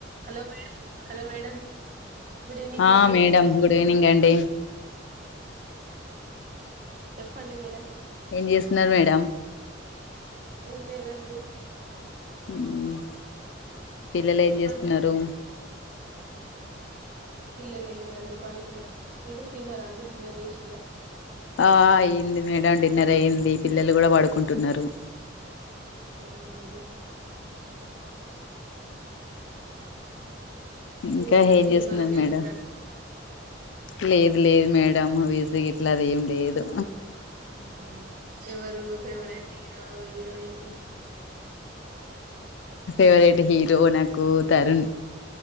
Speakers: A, on the right; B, on the left.
A: Hello madam hello madam good evening
B: ah
A: అండి
B: madam good evening అండి
A: చెప్పండి madam
B: ఏం చేస్తున్నారు మేడం
A: ఏం లేదండి
B: హ్ పిల్లలు ఏం
A: చెప్పండి
B: జెస్తున్నారు.
A: పిల్లలు ఏం లేదండి పడుకున్నారు. మీరు తిన్నర అం డిన్నర్ జేసిల్లా
B: ఆ అయ్యింది మేడం డిన్నర్ అయ్యంది. పిల్లలు కూడా పడుకుంటున్నారు.
A: అవునాండి
B: ఇంకా
A: బిజినెస్
B: ఏం
A: సిమాలకెళ్తార
B: చేస్తున్నారు మేడం లేదు లేదు మేడం బిజిగా ఇట్లా అది ఏం లేదు
A: హ్ హ్ ఎవరు ఫేవరెట్ హీరోయి <unintelligible>
B: ఫేవరెట్ హీరో నాకు తరుణ్